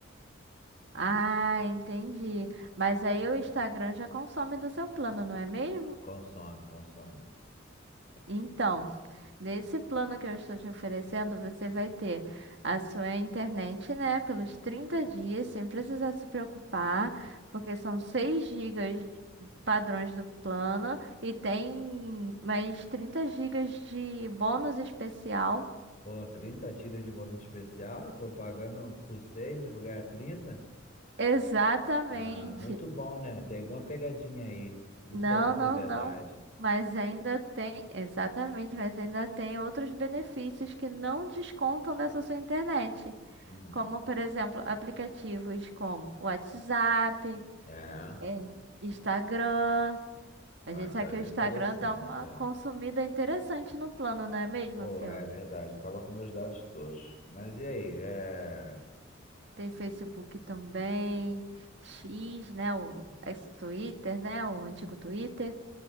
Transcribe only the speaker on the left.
Consome, consome.
Pô, 30 gigas de bônus especial, tô pagando por 6, eu vou ganhar 30.
Ah, muito bom, né? Tem alguma pegadinha aí. Muito
bom pra ser
verdade.
Hum,
é.
Ah,
Instagram
é interessante,
é.
Pô,
é verdade. Acaba com meus dados todos. Mas e aí? É...